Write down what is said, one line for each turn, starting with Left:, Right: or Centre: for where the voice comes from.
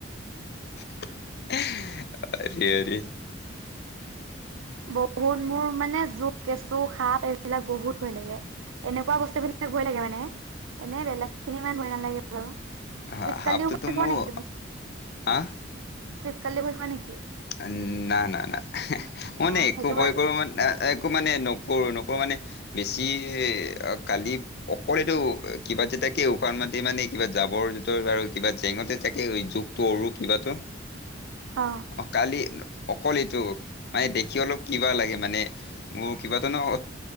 Left: <unintelligible>
Right: বহুত মোৰ মানে জুক কেঁচু সাপ এইবিলাক বহুত ভয় লাগে। এনেকুৱা বস্তুবিলাক ভয় লাগে মানে, এনেই বেলেগখিনি ইমান ভয় নালাগে বাৰু।
Left: হা
Right: চিৱকলিও
Left: হাফটোতো
Right: ভয় খোৱা
Left: মোৰ
Right: নেকি তুমি,
Left: আহ
Right: চিপকলি ভয় খোৱা নেকি?
Left: উম না না না। মই
Right: অ
Left: মানে একো
Right: সেইটো
Left: ভয়
Right: বাৰু
Left: কৰোঁ মানে একো মানে নকৰো নকৰো মানে বেছি কালি অকলেতো কিবা যে তাকে উশান মাটি মানে কিবা জাবৰ জোতৰ আৰু কিবা জেঙতে তাকে জোক তৰু কিবাটো
Right: অ।
Left: অ কালি অকল এইটো, মানে দেখি অলপ কিবা লাগে মানে মোৰ কিবাতো ন